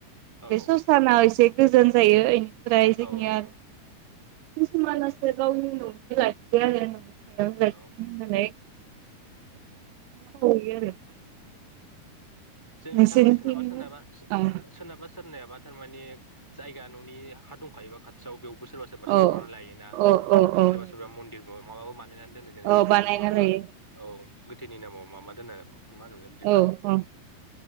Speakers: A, in the centre; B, on the right.
A: औ
B: बे ससानाव एसे गोजान जायो इनिफ्राय
A: औ
B: जोंनिया
A: औ
B: किसुमानासो गाव न'आवनो लाखि आरो न'नि हायावनो लाखि
A: औ
B: हो <unintelligible> <unintelligible> आरो
A: जो
B: नोंसोरनिथिं
A: जारमाने सोरनाबा सोरनाबा सो-सोरनाबा
B: औ
A: सोरनियाबा तारमाने जायगा न'नि हा दंखायोबा खाथियाव बेयावबो सोरबा सोरबा
B: औ
A: सावनानै लायोना
B: औ औ औ
A: सोरबा सोरबा मन्दिरबो मलाबा बानायनानै दोनो जेनेबा
B: औ
A: सस
B: बानायना
A: माबा
B: लायो
A: औ गोथैनि नामाव माबा दोनो मा होनो मोनलाय?
B: औ अ